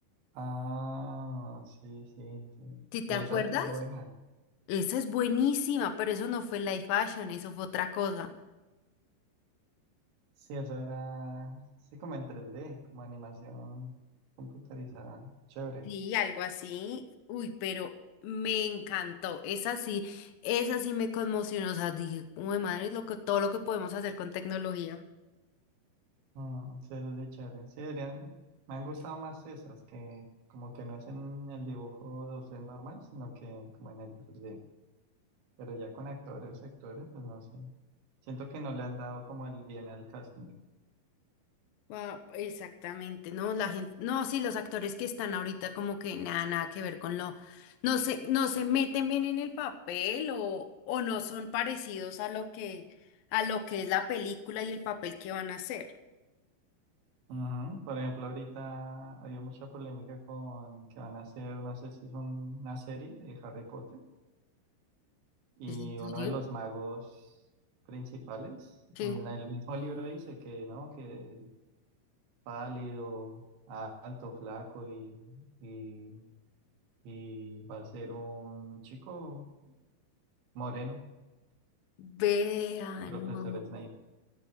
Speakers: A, on the right (about 70°); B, on the left (about 75°).
A: Ah, sí, sí, sí.
B: ¿Sí
A: Sí,
B: te acuerdas?
A: esa sí era buena.
B: Esa es buenísima, pero eso no fue live fashion, eso fue otra cosa.
A: Sí, eso era, sí, como en 3D, como animación computarizada. Chévere.
B: Sí, algo así. Uy, pero me encantó. Esa sí, esa sí me conmocionó. O sea, dije, uy, madre, lo que, todo lo que podemos hacer con tecnología.
A: Mm, sí, eso sí, chévere. Sí, deberían, me han gustado más esas, que como que no es en el dibujo 2D normal, sino que como en el 3D. Pero ya con actores, actores, pues no sé. Siento que no le han dado como el bien al casting.
B: Ah, exactamente, no, la gente, no, sí, los actores que están ahorita como que nada, nada que ver con lo, no se, no se meten bien en el papel o, o no son parecidos a lo que, a lo que es la película y el papel que van a hacer.
A: Ujú. Por ejemplo, ahorita había mucha polémica con que van a hacer, no sé si es una serie de Harry Potter, y
B: ¿Es en serio?
A: uno de los magos principales,
B: Sí.
A: en la- el mismo libro dice que, ¿no? Que el pálido, a- alto, flaco y, y, y va a ser un chico moreno,
B: Vean,
A: profesor
B: no.
A: Snape.